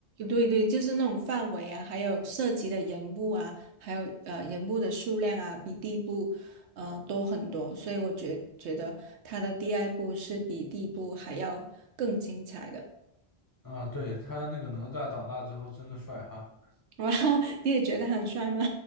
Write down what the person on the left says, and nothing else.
啊，对，他那个哪吒长大之后真的帅哈。